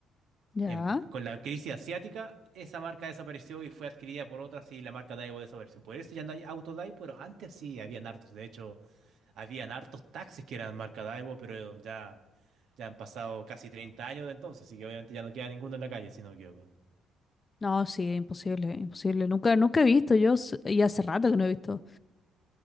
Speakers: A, on the left; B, on the right.
A: Ya.
B: En- con la crisis asiática, esa marca desapareció y fue adquirida por otras y la marca Daiwo desapareció. Por eso ya no hay autos Daiwo, pero antes sí habían hartos. De hecho, habían hartos taxis que eran marca Daiwo, pero ya, ya han pasado casi 30 años de entonces, así que obviamente ya no queda ninguno en la calle, si no me equivoco.
A: No, sí, imposible, imposible. Nunca, nunca he visto, yo, s- y hace rato que no he visto.